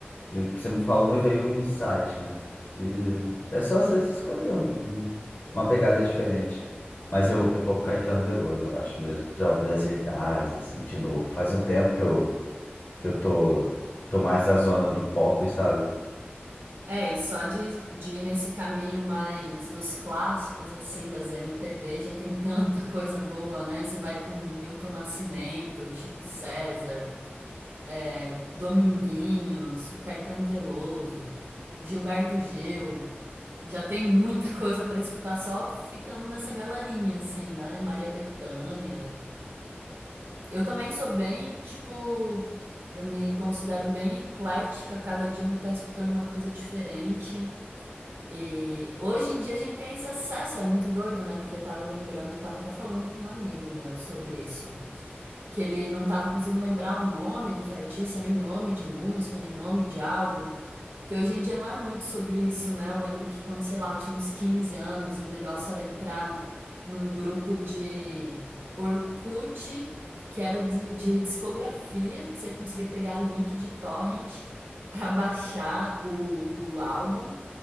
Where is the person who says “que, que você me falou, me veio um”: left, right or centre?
Left